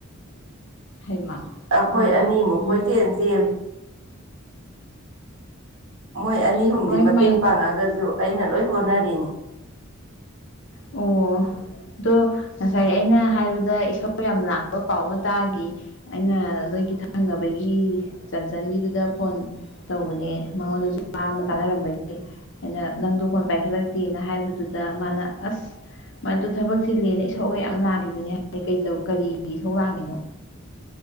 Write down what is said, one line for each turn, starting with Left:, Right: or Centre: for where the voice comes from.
Left: ꯍꯩꯃ
Right: ꯑꯩꯈꯣꯏ
Left: ꯑꯣꯏ
Right: ꯑꯅꯤꯃꯨꯛ <unintelligible> ꯃꯣꯏ ꯑꯅꯤ ꯑꯨꯝꯗꯤ
Left: ꯀꯃꯥꯏ
Right: ꯃꯇꯦꯡ
Left: ꯀꯃꯥꯏ
Right: ꯄꯥꯡꯉꯒꯁꯨ ꯑꯩꯅ ꯂꯣꯏ ꯍꯣꯠꯅꯔꯤꯅꯤ
Left: ꯑꯣ ꯑꯗꯣ ꯉꯁꯥꯏ ꯑꯩꯅ ꯍꯥꯏꯕꯗ ꯏꯁꯣꯔ ꯌꯥꯝ ꯂꯥꯡꯕ ꯄꯥꯎ ꯑꯃ ꯇꯥꯈꯤ ꯑꯩꯅ ꯅꯣꯏꯒꯤ ꯊꯪꯅꯕꯒꯤ ꯆꯟꯆꯟꯒꯤꯗꯨꯗ ꯐꯣꯟ ꯇꯧꯕꯅꯦ ꯃꯉꯣꯟꯗꯁꯨ ꯋꯥ ꯑꯃ ꯇꯥꯟꯅꯔꯝꯕꯒꯤ ꯑꯩꯅ ꯅꯪꯗꯣ ꯐꯣꯟ ꯄꯥꯏꯈꯠꯂꯛꯇꯦꯅ ꯍꯥꯏꯕꯗꯨꯗ ꯃꯥꯅ ꯑꯁ ꯃꯗꯨ ꯊꯕꯛꯁꯦ ꯂꯦꯅ ꯏꯁꯧ ꯌꯥꯝ ꯂꯥꯡꯈꯤꯕꯅꯦ ꯍꯥꯏ ꯀꯩ ꯀꯔꯤ ꯁꯧ ꯂꯥꯡꯉꯤꯅꯣ